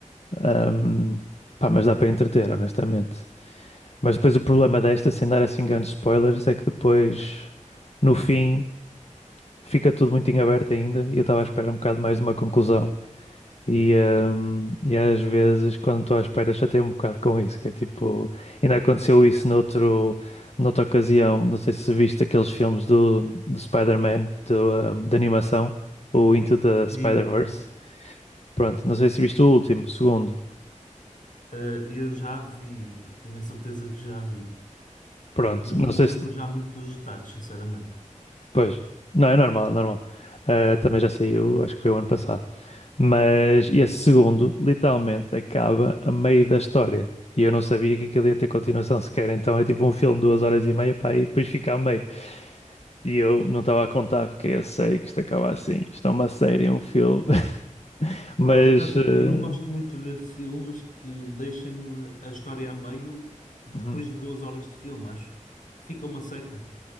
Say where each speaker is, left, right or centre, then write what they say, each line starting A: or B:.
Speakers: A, on the left; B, on the left.
A: Ahm, pá, mas dá para entreter, honestamente. Mas depois o problema desta, sem dar assim grandes spoilers, é que depois, no fim, fica tudo muito em aberto ainda. E eu estava à espera um bocado mais de uma conclusão. E, ahm, e às vezes, quando estou à espera, chateio um bocado com isso. Que é tipo, ainda aconteceu isso noutro, noutra ocasião. Não sei se viste aqueles filmes do, do Spider-Man, do, ahm, de animação, o Into the
B: Vi,
A: Spider-Verse.
B: vi, vi.
A: Pronto, não sei se viste o último, o segundo.
B: Eh, eu já vi, tenho a certeza que já vi.
A: Pronto,
B: Agora não
A: não
B: me
A: sei
B: lembro
A: se.
B: já muito dos detalhes, sinceramente.
A: Pois, não, é normal, é normal. Ah, também já saiu, acho que foi o ano passado. Mas esse segundo, literalmente, acaba a meio da história. E eu não sabia que aquilo ia ter continuação sequer. Então é tipo um filme de duas horas e meia para aí depois fica a meio. E eu não estava a contar, porque eu sei que isto acaba assim. Isto é uma série, é um filme. <laughs> Mas.
B: Olha, por acaso,
A: ah,
B: eu não gosto muito de ver filmes que deixem-me a história a meio depois
A: uhum.
B: de duas horas de filme, acho. Fica uma seca.